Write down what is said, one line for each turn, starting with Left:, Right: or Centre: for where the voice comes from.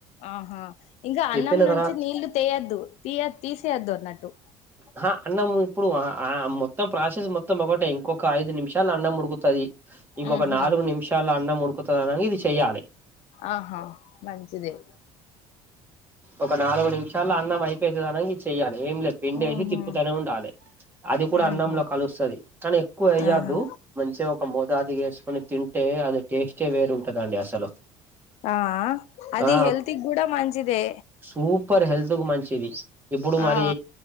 Left: ఆహా ఇంకా అన్నం
Right: తిప్పిన
Left: నుంచి
Right: తర్వాత
Left: నీళ్లు తెయొద్దు తీయ తీసేయద్దు అన్నట్టు
Right: ఆహ అన్నం ఇప్పుడు అ ఆ మొత్తం ప్రాసెస్ మొత్తం ఒకటే ఇంకొ క్క ఐదు నిమిషాలు అన్నం ఉడుకుతది ఇంకొక
Left: ఉహు
Right: నాలుగు నిమిషాల్ల అన్నం ఉడుకుతది అనంగ ఇది చెయ్యాలే
Left: ఆహా మంచిదే
Right: ఒక నాలుగు నిమిషాల్ల అన్నం అయిపోయితదనంగా ఇది చేయ్యాలి ఏం లేదు పిండి వేసి
Left: ఉహు
Right: తిప్పుతనే ఉండాలి అది కూడా
Left: ఉహు
Right: అన్నంలో కలుస్తది కానీ ఎక్కువ వేయద్దు
Left: ఆహా
Right: మంచిగా ఒక మోతదుగ వేసుకొని తింటే అది టేస్టే వేరు ఉంటదండి అసలు
Left: ఆ అది
Right: ఆ
Left: హల్త్ిక్ కూడా మంచిదే
Right: సూపర్ హెల్త్ కు మంచిది ఇప్పుడు మరి
Left: ఆ